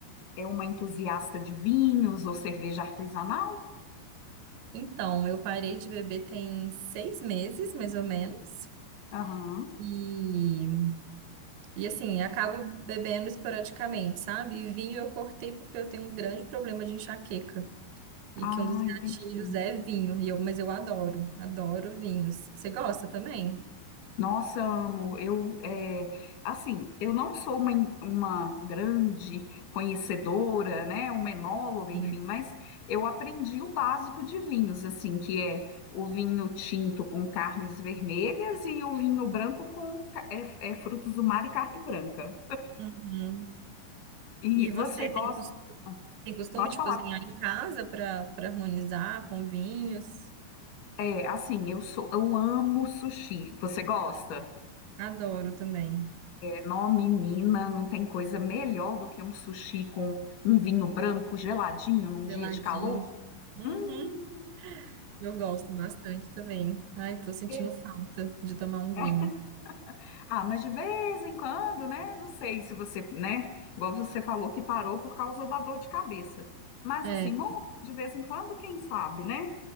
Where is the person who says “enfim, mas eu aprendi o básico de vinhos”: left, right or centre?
Left